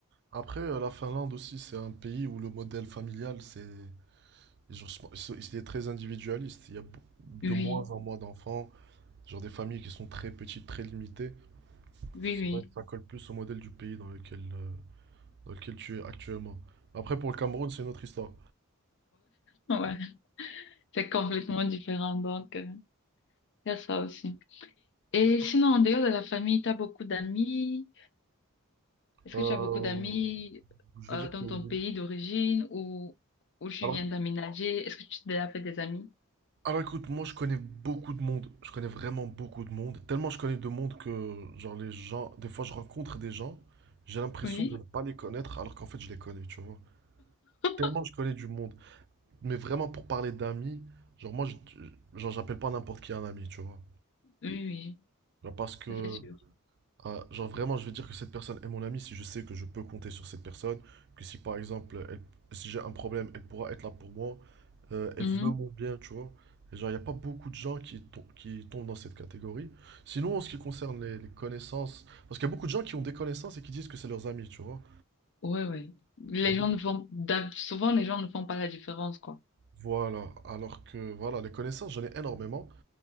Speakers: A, on the right (about 50°); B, on the left (about 55°).
A: Après, euh, la Finlande aussi, c'est un pays où le modèle familial, c'est. genre, je pense- c'est c'est très individualiste. Il y a b- de
B: Oui,
A: moins en moins d'enfants. Genre des familles qui sont très petites, très limitées.
B: oui,
A: C'est
B: oui.
A: vrai que ça colle plus au modèle du pays dans lequel, euh, dans lequel tu es actuellement. Après, pour le Cameroun, c'est une autre histoire.
B: <laughs> Ouais. C'est complètement différent, donc euh, il y a ça aussi. Et sinon, en dehors de la famille, tu as beaucoup d'amis. Est-ce
A: Euh,
B: que tu as beaucoup d'amis
A: je vais
B: euh,
A: dire
B: dans
A: que oui.
B: ton pays d'origine ou où tu
A: Alors,
B: viens d'aménager? Est-ce que tu t'es déjà fait des amis?
A: alors écoute, moi je connais beaucoup de monde. Je connais vraiment beaucoup de monde. Tellement je connais de monde que, genre, les gens, des fois je rencontre des gens, j'ai l'impression
B: Oui.
A: de ne pas les connaître alors qu'en fait je les connais, tu vois.
B: <laughs>
A: Tellement je connais du monde. Mais vraiment, pour parler d'amis, genre, moi, je, genre, j'appelle pas n'importe qui un ami, tu vois.
B: Oui, oui,
A: Genre, parce que
B: ça c'est sûr.
A: Ah, genre vraiment, je vais dire que cette personne est mon amie si je sais que je peux compter sur cette personne, que si par exemple, elle- si j'ai un problème, elle pourra être là pour moi, euh, elle
B: Mhm.
A: veut mon bien, tu vois. Et genre, il n'y a pas beaucoup de gens qui, tom- qui tombent dans cette catégorie. Sinon, en ce qui concerne les, les connaissances, parce qu'il y a beaucoup de gens qui ont des connaissances et qui disent que c'est leurs amis, tu vois.
B: Ouais, ouais. Les
A: Il y a beaucoup-
B: gens ne font, d'hab- souvent les gens ne font pas la différence, quoi.
A: Voilà, alors que voilà, les connaissances, j'en ai énormément.